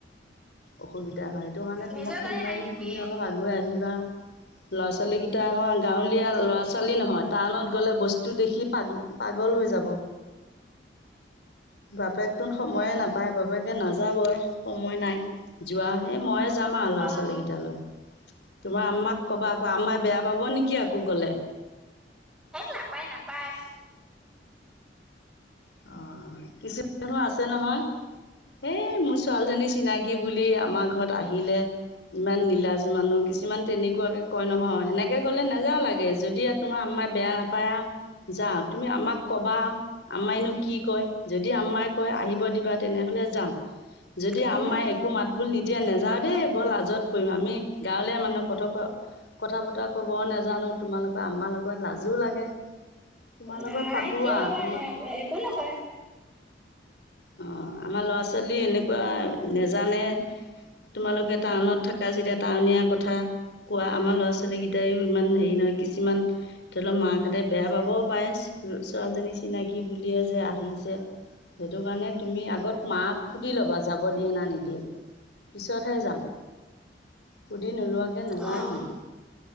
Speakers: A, on the left (about 75°); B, in the centre.
A: অসুবিধা হয় সেইটো কাৰণে তোমাক
B: নিজৰ
A: ফোন
B: গাড়ী
A: মাৰি
B: নাই
A: দিম
B: নেকি?
A: তুমি অলপ আগুৱাই আহিবা। ল'ৰা-ছোৱালী কেইটা অকমান গাঁৱলীয়া ল'ৰা -ছোৱালী নহয় টাউনত গ'লে বস্তু দেখি পাগ- পাগল হৈ যাব। বাপেক তোন সময়ে
B: উম,
A: নাপায় বাপেকে নাযাবই সময় নাই। যোৱা সেই ময়ে যাম আৰু ল'ৰা-ছোৱালী
B: অ',
A: কেইটালৈ। তোমাৰ আম্মাক কবা আকৌ আম্মাই বেয়া পাব নেকি আকৌ গ'লে?
B: নাপায়-নাপায়।
A: অ, কি <unintelligible> মানুহ আছে নহয়। এ মোৰ ছোৱালীজনী চিনাকি বুলি আমাৰ ঘৰত আহিলে। ইমান নীলাজ মানুহ কিছুমান তেনেকুৱাকে কয় নহয় সেনেকে ক'লে নাযাওঁ লাগে যদি এ তোমাৰ আম মাই বেয়া নাপায় আৰু যা তুমি আম্মাক কবা। আম্মাইনো কি কয় যদি আম্মাই কয় আহিব দিবা তেনেহলে যাম। যদি
B: উম,
A: আম্মাই একো মাতবোল নিদিয়া নাযাও দেই বৰ লাজত পৰিম আমি গাঁৱলীয়া মানুহৰ কথ ক কথা বতৰা কব নাজানো তোমালোকৰ আম্মাৰ লগত লাজো লাগে। তোমাৰ লগত
B: নাই
A: পাতো
B: কিয়
A: আৰু
B: এবাৰ
A: তোমাৰ
B: সেয়া ক একো নকয়।
A: অ আমাৰ ল'ৰা ছোৱালী এনেকুৱা নেজানে তোমালোকে টাউনত থকা যেতিয়া টাউনীয়া কথা কোৱা আমাৰ ল'ৰা ছোৱালী কেইটায়ও ইমান হেৰি নহয় কিছুমান ধৰি লও মাকহঁতে বেয়া পাবও পাৰে। ছোৱালীজনী চিনাকি বুলিয়ে যে আহিছে। সেইটো কাৰণে তুমি আগত মাক সুধি ল'বা যাব দিয়ে না নিদিয়ে। পিছতহে যাম। সুধি নোলোৱাকৈ নাযাওঁ
B: অ',
A: কিন্তু